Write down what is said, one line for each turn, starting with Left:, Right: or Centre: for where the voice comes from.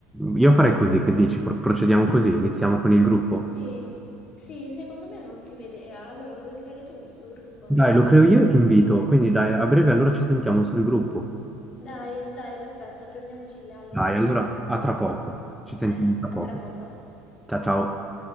Centre: io farei così, che dici? Pro- procediamo così, iniziamo con il gruppo.
Left: Sì, sì, secondo me è un'ottima idea. Allora, lo vuoi creare tu questo gruppo?
Centre: Dai, lo creo io e ti invito, quindi dai, a breve allora ci sentiamo sul gruppo.
Left: Dai, dai, perfetto, aggiorniamoci là allora.
Centre: Dai, allora a tra poco, ci sentiamo
Left: Dai,
Centre: tra poco.
Left: a tra poco.
Centre: Ciao ciao.